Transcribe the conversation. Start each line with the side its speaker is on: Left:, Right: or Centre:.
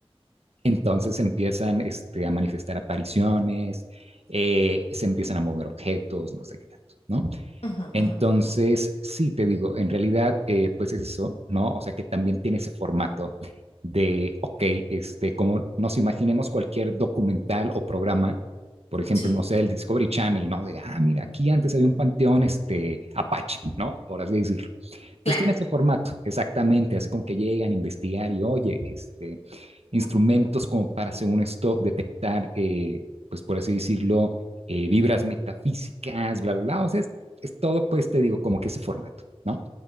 Right: entonces empiezan este, a manifestar apariciones, eh, se empiezan a mover objetos, no sé qué tanto, ¿no?
Left: ujú,
Right: Entonces,
Left: ujú.
Right: sí, te digo, en realidad, eh, pues es eso, ¿no? O sea que también tiene ese formato de, ok, este, como nos imaginemos cualquier documental o programa, por ejemplo,
Left: Sí,
Right: no sé, el Discovery Channel, ¿no? De, ah, mira, aquí antes había un panteón, este, Apache, ¿no? Por así decirlo.
Left: claro,
Right: Pues tiene ese formato, exactamente, así como que llegan a investigar y oye, este, instrumentos como para, según esto, detectar, eh, pues por así decirlo, eh, vibras metafísicas, bla, bla, bla, o sea, es, es todo, pues te digo, como que ese formato. ¿no?